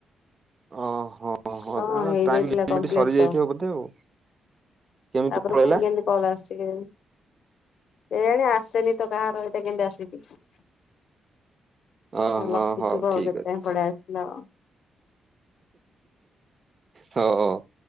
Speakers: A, on the right; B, on the left.
A: ଓହୋ ହୋ
B: ହଁ
A: ତା
B: ହେଇଯାଇଥିଲା
A: ଟାଇମ ଲମିଟ
B: କମ୍ପ୍ଲିଟ
A: ସରିଯାଇଥିବ
B: ତ
A: ବୋଧେ ଆଉ। କେମିତି
B: ତାପରେ
A: ପଳେଇଲା
B: ପୁଣି କେମିତି କଲ ଆସଛି କେଜାଣି। ଏଇଆଣି ଆସେନି ତ କାହାର ଏଇଟା କେମିତି ଆସିିକିଛି।
A: ଓହୋ
B: ହ ଲ କିଥିବସେଥିପାଇଁ
A: ହଉ ଠିକ ଅଛି
B: ପଳେଇ ଆସିଲା।
A: <inaudible> ହ।